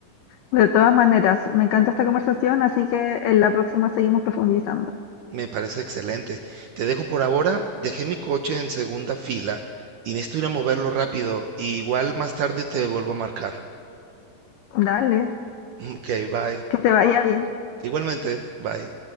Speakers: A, on the left; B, on the right.
A: de todas maneras, me encanta esta conversación, así que en la próxima seguimos profundizando.
B: Me parece excelente. Te dejo por ahora. Dejé mi coche en segunda fila y necesito ir a moverlo rápido. Y igual más tarde te vuelvo a marcar.
A: Dale,
B: <laughs> Ok, bye.
A: que te vaya bien.
B: Igualmente, bye.